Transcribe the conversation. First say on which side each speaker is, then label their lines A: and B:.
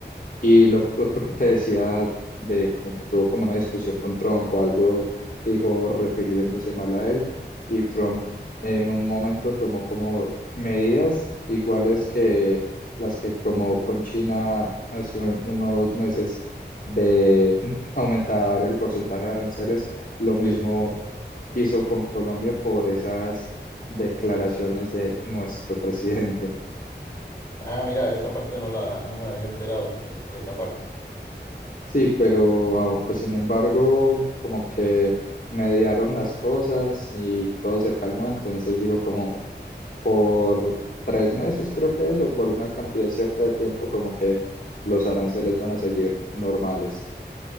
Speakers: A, on the left; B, on the left.
A: y lo otro que te decía de como que tuvo como una discusión con Trump o algo, dijo refiriéndose mal a él, y Trump en un momento tomó como medidas iguales que las que tomó con China hace unos meses de <clears throat> aumentar el porcentaje de aranceles, lo mismo
B: Sí, sí.
A: hizo con Colombia por esas declaraciones de nuestro presidente.
B: Ah, mira, esa parte no la, no me había enterado es- de esa parte.
A: Sí, pero ah, pues sin embargo, como que mediaron las cosas y todo se calmó, entonces dijo como por tres meses creo que es, o por una cantidad cierta de tiempo, como que los aranceles van a seguir normales.